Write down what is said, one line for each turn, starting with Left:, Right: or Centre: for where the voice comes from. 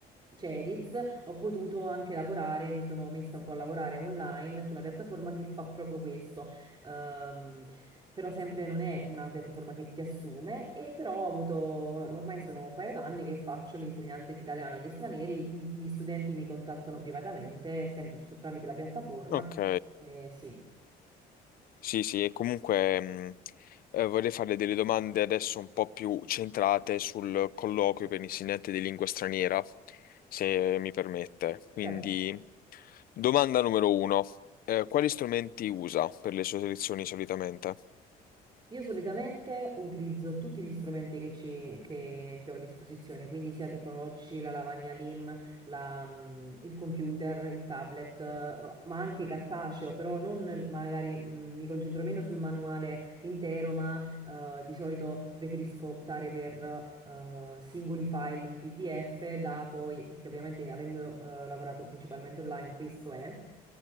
Right: Cedils, ho potuto anche lavorare, mi sono messa un po' a lavorare online su una piattaforma che fa proprio questo. Ehm, però sempre non è una piattaforma che ti assume e però ho avuto, ormai sono un paio d'anni che faccio l'insegnante di italiano agli stranieri, i- gli studenti mi contattano privatamente, sempre su- tramite la piattaforma.
Left: Ok.
Right: Eh, sì,
Left: Sì, sì, e comunque mh, eh, vorrei farle delle domande adesso un po' più centrate sul colloquio per insegnante di lingua straniera, se mi permette. Quindi,
Right: certo.
Left: domanda numero uno, eh, quali strumenti usa per le sue lezioni solitamente?
Right: Io solitamente utilizzo tutti gli strumenti che, ci- che- che ho a disposizione, quindi sia tecnologici, la lavagna LIM, la, mm, il computer, il tablet, eh, ma anche cartaceo, però non magari mm, mi concentro meno sul manuale intero, ma eh, di solito preferisco optare per eh, singoli file in PDF da poi, perché ovviamente avendo eh, lavorato principalmente online, questo è.